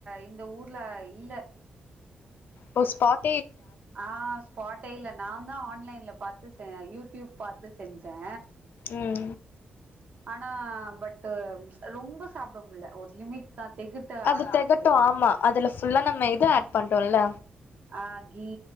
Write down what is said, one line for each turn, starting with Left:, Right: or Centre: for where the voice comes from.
Right: இந்த ஊர்ல இல்ல
Left: புஷ்பாத்
Right: ஆஹ் ஸ்பாட்டே இல்ல நாந்தா ஆன்லைன்ல பாத்து ச யூடியூப் பாத்து செஞ்சே
Left: உம்
Right: ஆஹ் பட்டு ரொம்ப சாப்ட முல ஒரு லிமிட் தா தெகட்ட
Left: அது
Right: ஆரம்பிச்சிருது
Left: தகட்டு ஆமா அதுல பல்லா நம்ம இது ஆட் பண்ணோம்ல
Right: ஆ கீ